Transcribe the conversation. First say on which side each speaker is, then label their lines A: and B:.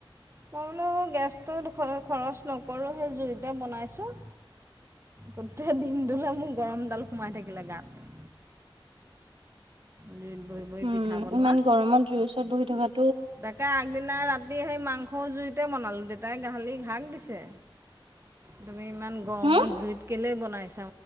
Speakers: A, on the right; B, on the right.
A: মই বোলো গেছটো খৰচ নকৰোঁ, সেই জুইতে বনাইছোঁ।
B: <inaudible>
A: গোটেই দিনটোলে মোৰ গৰমডাল সোমাই থাকিলে গাত। জুইত বহি
B: উম,
A: বহি পিঠা বনোৱা
B: ইমান গৰমত জুই ওচৰত বহি থকা
A: তাকে আগদিনা ৰাতি সেই মাংসও জুইত তেই বনালোঁ, দেউতাই গালি হাক দিছে তুমি ইমান গৰমত
B: হম
A: জুইত কেলেই বনাইছ